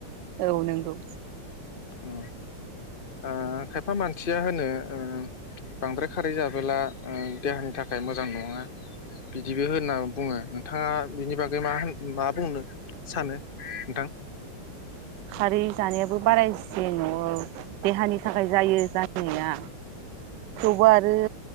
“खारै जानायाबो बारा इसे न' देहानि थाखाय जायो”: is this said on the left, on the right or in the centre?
Right